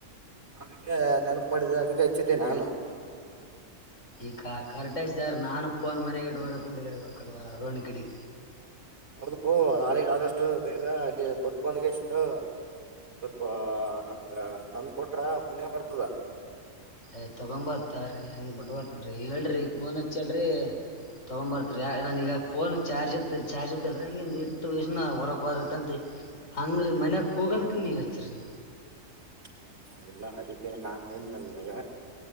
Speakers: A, on the right (about 55°); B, on the left (about 65°).
A: ಅದಕ್ಕೆ ನೆನಪು ಮಾಡಿದೆ ಅದಕ್ಕೆ ಹಚ್ಚಿದ್ದೆ ನಾನು
B: ಈ ಕ ಕರೆಕ್ಟಜ್ಿದಾರ ನಾನು ಫೋನ್ ಮನೆಗೆ ಹೊರ ಕೊಂಡಿದ್ದೆ ಅಕಡ ವಾರ ರೋಹಣಿ ಕಡೆ
A: ಹೌದ ಬೋ ನಾಳಗ್ ಆದಷ್ಟು ಬೇಗ ಇಲ್ಲಿ ಬೊಡ್ ಬಂದಗೆಷ್ಟದೊ ಸ್ವಲ್ಪ ನಮ್ಗ ತಂದ ಕೊಟ್ರ ಪುನ್ಯ ಬರ್ತದ.
B: ಏಯ್ ತೊಗೊಂಡ ಬರ್ತಾರಿ ಹೆಂಗ್ ಬಿಟ್ ಬರ್ತನ್ರಿ ಹೇಳ್ರಿ ಫೋನ್ ಹೆಚ್ಚಿ ಹೇಳ್ರಿ- ತೊಗೊಂಡ ಬರ್ತರಿ ನಾನೀಗ ಫೋನ್ ಚಾರ್ಜ್ ಇಟ್ಟ ಚಾರ್ಜ್ ಇದ್ದಲ್ರಿ ಹಂಗಿ ಇಟ್ಟು <inaudible> ಹೊರಕ್ ಹೋದತ್ತಂತ. ಹಂಗ ಮನೆ ಕೂಗದಕ್ಕೆ ನೀ ಹಚ್ಚಿರಿ ಈಗ.
A: ಹಾ ಇಲ್ಲ ಅದಕ್ಕೆ ನಾನು ಹೇಳನಲ್ ನೀವ.